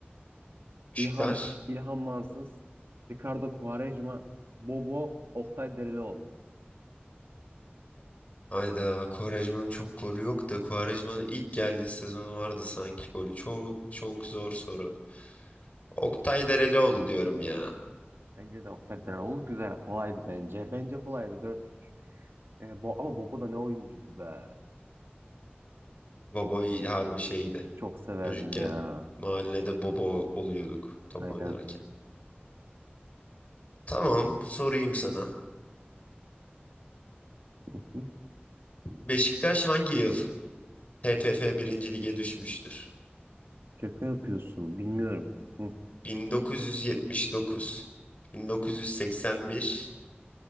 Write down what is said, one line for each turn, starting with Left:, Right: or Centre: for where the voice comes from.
Left: Işıklar.
Right: İlham, İlhan Mansız, Ricardo Quaresma, Bobo, Oktay Derelioğlu.
Left: Hayda Quaresma'nın çok golü yok da Quaresma'nın ilk geldiği sezon vardı sanki golü. Çok çok zor soru. Oktay Derelioğlu diyorum ya.
Right: Bence de Oktay Derelioğlu güzel. Kolaydı bence. Bence kolaydı dört üç. E, Bo ama Bobo da ne oyuncuydu be.
Left: Boboy harbi şeydi.
Right: Çok severdim
Left: Çocukken
Right: ya.
Left: mahallede bobo oluyorduk top
Right: Aynen.
Left: oynarken. Tamam, sorayım sana.
Right: Hı,
Left: Beşiktaş hangi yıl TFF birinci Lig'e düşmüştür?
Right: Şaka yapıyorsun. Bilmiyorum. Hı,
Left: 1979, 1981,